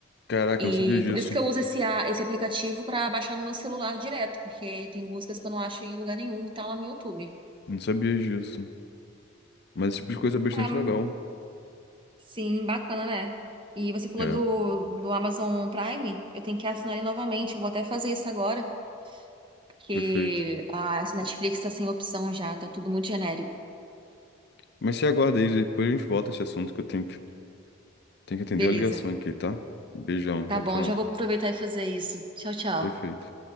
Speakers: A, on the left; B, on the right.
A: caraca,
B: E
A: eu não sabia disso.
B: por isso que eu uso esse, a- esse aplicativo para baixar no meu celular direto, porque tem músicas que eu não acho em lugar nenhum que tá lá no YouTube.
A: Não sabia disso. Mas esse tipo de coisa é bastante
B: Ah,
A: legal.
B: sim, bacana, né? E você falou
A: É,
B: do, do Amazon Prime, eu tenho que assinar ele novamente, eu vou até fazer isso agora, porque
A: perfeito.
B: a esse Netflix tá sem opção já, tá tudo muito genérico.
A: Mas você aguarda aí, depois a gente volta a esse assunto que eu tenho que, tenho que atender
B: Beleza.
A: a ligação aqui, tá? Beijão,
B: Tá
A: tchau,
B: bom,
A: tchau.
B: já vou aproveitar e fazer isso. Tchau, tchau.
A: Perfeito.